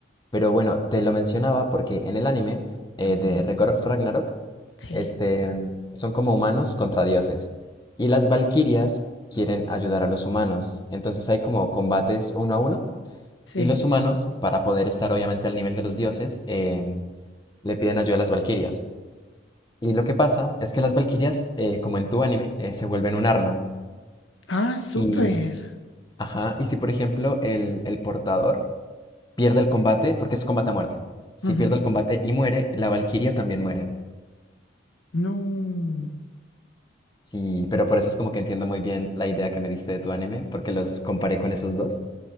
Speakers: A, on the left; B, on the left.
A: Pero bueno, te lo mencionaba porque en el anime eh,
B: Ujú,
A: de Record of Ragnarok,
B: Sí.
A: este, son como humanos contra dioses. Y las valquirias
B: Oh,
A: quieren ayudar a los humanos. Entonces hay como combates uno a uno.
B: sí.
A: Y los humanos, para poder estar obviamente al nivel de los dioses, em, le piden ayuda a las valquirias. Y lo que pasa es que las valquirias, eh, como en tu anime, eh, se vuelven un arma.
B: Ah, súper.
A: Y, ajá, y si por ejemplo el, el portador pierde el combate, porque es combate a muerte. Si
B: Ujú.
A: pierde el combate y muere, la valquiria también muere.
B: No.
A: Sí, pero por eso es como que entiendo muy bien la idea que me diste de tu anime, porque los comparé con esos dos